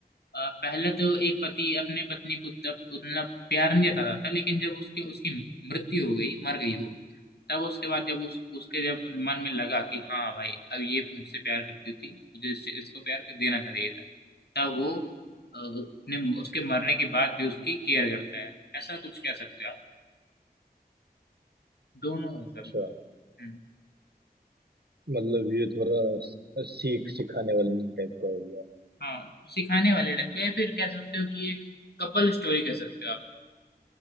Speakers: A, on the left (about 80°); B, on the right (about 85°).
A: अ, पहले तो एक पति अपने पत्नी को तब उतना प्यार नहीं जताता था लेकिन जब उसके उसकी मृत्यु हो गई मर गई वो तब उसके बाद जब उस उसके जब मन में लगा कि हाँ भाई अब ये मुझसे प्यार करती थी मुझे इससे इसको प्यार कर देना चाहिए था तब वो अ, अपने उसके मरने के बाद भी उसकी केयर करता है ऐसा कुछ कह सकते हो आप दोनों है
B: अच्छा
A: सब में हम्म,
B: मतलब ये थोड़ा स- सीख सिखाने वाला मीम टाइप का हो गया
A: हाँ सिखाने वाले टाइप का या फिर कह सकते हो कि ये कपल स्टोरी कह सकते हो आप